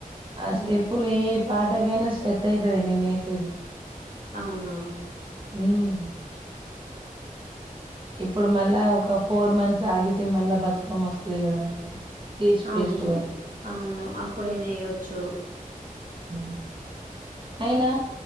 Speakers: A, on the right (about 35°); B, on the right (about 65°).
A: అస్టేపులే
B: ఉమ్
A: ఏ పా గనో సెట్ ఐతది నేను ఏసేది
B: అవునా
A: ఊమ్ ఇప్పుడు మళ్ళా ఒక ఫోర్ మంత్స్ ఆగితే మళ్ళా బతుకమ్మ ఒస్తది కదా మనది తీజ్
B: అవును
A: ఫెస్టివల్
B: అవును అప్పుడైనా ఎయ్యచ్చు
A: <unintelligible> అయినా